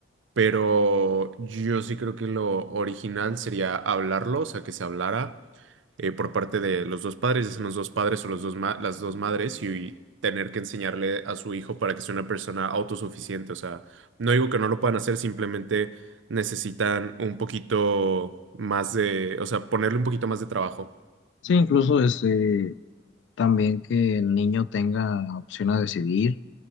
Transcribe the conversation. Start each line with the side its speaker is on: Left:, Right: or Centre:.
Right: Pero yo sí creo que lo original sería hablarlo, o sea, que se hablara eh, por parte de los dos padres, ya sean los dos padres o los dos ma- las dos madres, y, tener que enseñarle a su hijo para que sea una persona autosuficiente, o sea no digo que no lo puedan hacer, simplemente necesitan un poquito más de, o sea, ponerle un poquito más de trabajo.
Left: Sí, incluso este, también que el niño tenga opción a decidir